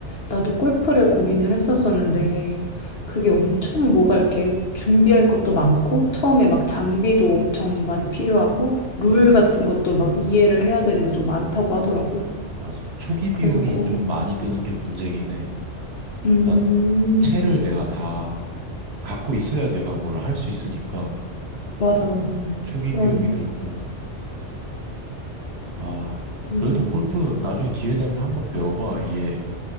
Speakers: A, on the left; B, on the right.
A: 나도 골프를 고민을 했었었는데 그게 엄청 뭐가 이렇게 준비할 것도 많고 처음에 막 장비도 엄청 많이 필요하고 룰
B: 맞아,
A: 같은 것도 막 이해를 해야 되는 게 좀 많다고 하더라고.
B: 맞아. 초기 비용이
A: 그래서 고,
B: 좀 많이 드는 게 문제긴 해.
A: 음,
B: 일단 채를 내가 다 갖고 있어야 내가 뭘 할 수 있으니까
A: 맞아, 맞아.
B: 초기
A: 그러네.
B: 비용이 들고, 아,
A: 음,
B: 그래도 골프 나중에 기회 되면 한번 배워봐. 이게